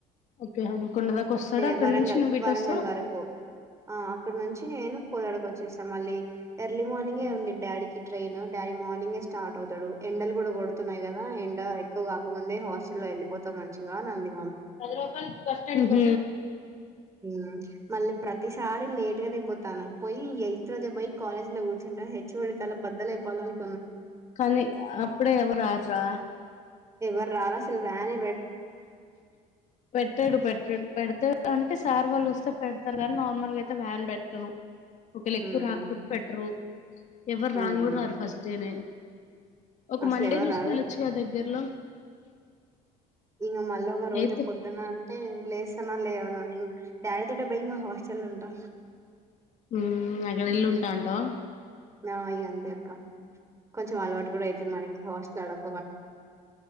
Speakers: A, on the left; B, on the right.
A: ఓకే హనుకొండ దాకా వస్తాడు
B: అంటే
A: అక్కడ
B: వరంగల్
A: నుంచి నువ్వు ఇటు
B: వరంగల్
A: వస్తావ్
B: వరకు ఆ అక్కడ నుంచి నేను కోదడక వచ్చ చేస్తా మళ్ళీ ఎర్లీ మార్నింగే
A: హ్మ్
B: ఉంది. డాడీకి ట్రెన్ డాడీ మార్నింగే స్టార్ట్ అవుతాడు. ఎండలు కూడా కొడుతున్నాయి. కదా ఎండ ఎక్కువ కాకముందే హాస్టల్లో వెళ్ళిపోతే మంచి ఇగా నంది
A: కలవాపాల్ బస్ స్టాండ్
B: ఉమ్, మళ్ళీ ప్రతిసారి లేట్ గానే పోతాను. పోయి ఎయిట్ రోజే పోయే కాలేజ్ లో కూర్చుంటాను హెచ్ఓడి తల బద్దలైపోవాలని
A: కనీ అప్పుడే ఎవరు రార్రా
B: ఎవరు రార్ అసల్ వాన్
A: పెట్టాడు పెట్టాడు పెడితే అంటే సార్ వాళ్ళు వస్తే పెడతారు కానీ నార్మల్ గా అయితే వ్యాన్ పెట్టరు. ఒకలే ఏక్కువ
B: ఉమ్
A: రాకపోతే పెట్టరు. ఎవరు
B: ఉమ్
A: రాను కూడా రారు ఫస్ట్ డేనే ఒక
B: అసలు
A: మండే
B: ఎవరు
A: చూసుకుని
B: రారు
A: వెళ్చ్చు కదా దగ్గరలో
B: ఇంగా మళ్ళీ ఒక రోజు
A: అయితే
B: పొద్దున అంటే లేస్తానో లేవనో ఇంకా డాడి తోటే పోయ్ ఇగా హాస్టల్ ఉంటా
A: హ్మ్ అక్కడ వెళ్ళి ఉంటా అంటావా
B: నా ఈ ఇగా అంతే అక్క కొంచె అలవాటు కూడా అయితది మనకి హస్ట్ తడం